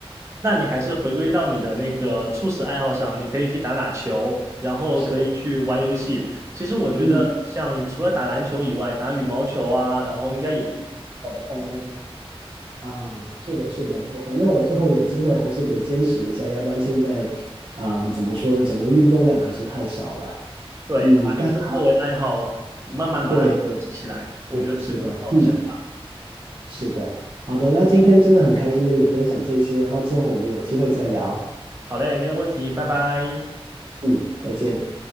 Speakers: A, on the right (about 30°); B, on the right (about 60°).
A: 那你还是回归到你的那个初始爱好上，你可以去打打球，然后可以去玩游戏。
B: 是。
A: 其实我觉得，
B: 嗯，
A: 像除了打篮球以外，打羽毛球啊，然后应该也是好的放松。
B: 啊，是的，是的，我反正我之后有机会还是得坚持一下，要不然现在，啊，怎么说呢，整个运动量还是太少了。
A: 对，
B: 嗯，
A: 把运动作为爱好，
B: 但好，
A: 慢慢把它积起来，
B: 对对，
A: 我觉得是个很好的想法。
B: 是的，是的，嗯，是的，好的，那今天真的很开心跟你分享这些，然后之后我们有机会再聊。
A: 好嘞，没有问题，拜拜。
B: 嗯，再见。